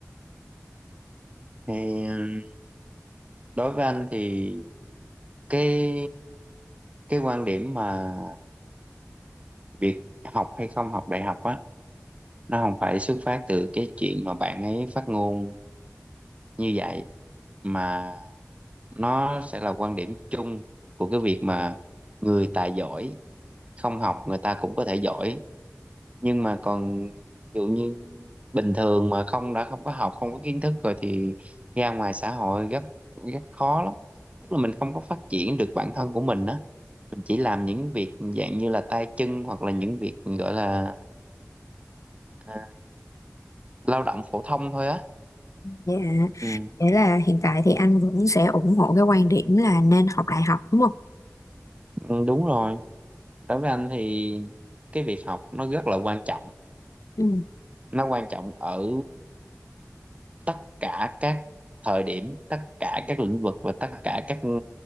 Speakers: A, on the right (about 25°); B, on the left (about 75°).
A: thì ừ, đối với anh thì cái cái quan điểm mà việc học hay không học đại học á nó không phải xuất phát từ cái chuyện mà bạn ấy phát ngôn như vậy mà nó sẽ là quan điểm chung của cái việc mà người tài giỏi không học người ta cũng có thể giỏi nhưng mà còn ví dụ như bình thường mà không đã không có học không có kiến thức rồi thì ra ngoài xã hội rất rất khó lắm tức là mình không có phát triển được bản thân của mình á mình chỉ làm những việc dạng như là tay chân hoặc là những việc gọi là à, lao động phổ thông thôi á
B: Dạ,
A: ừ.
B: nghĩa là hiện tại thì anh vẫn sẽ ủng hộ cái quan điểm là nên học đại học đúng không?
A: Ừ, đúng rồi đối với anh thì cái việc học nó rất là quan trọng
B: Ừ.
A: nó quan trọng ở tất cả các thời điểm tất cả các lĩnh vực và tất cả các